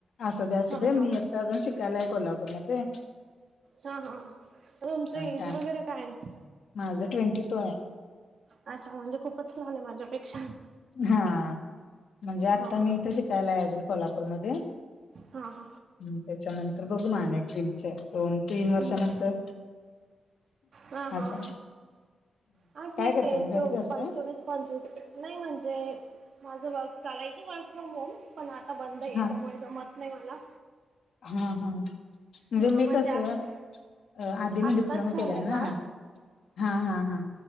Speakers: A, on the left; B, on the right.
A: असू दे असू
B: हा
A: दे
B: हा
A: मी एकट अजून शिकायला आहे कोल्हापूरमध्ये ते.
B: हा हा तुमच एज
A: त्या
B: वगैरे काय आहे.
A: माझं ट्वेंटी टू आहे
B: अच्छा म्हणजे खूपच लहान आहे माझ्यापेक्षा.
A: हा म्हणजे आता
B: हा हा
A: मी इथे शिकायला आहे अजून कोल्हापूरमध्ये.
B: हा ह
A: हम्म त्याच्यानंतर बघू मग अनेक तीनच्या दोन तीन वर्षानंतर
B: हम्म. हा
A: असं
B: हा हा ठीक
A: काय करताय
B: आहे
A: मग
B: चो
A: घरीच असताय
B: पचवीस नाही म्हणजे माझं वर्क चालायचं वर्क फ्रॉम होम. पण आता बंद आहे. याच्यामुळे
A: हा
B: जमत नाही मला.
A: हा हा म्हणजे
B: हा
A: मी
B: म्हणजे
A: कस
B: आ
A: अ आधी
B: आत्ताच
A: मी डिप्लोमा
B: झालंय
A: केलाय
B: बाळ
A: ना. हा हा हा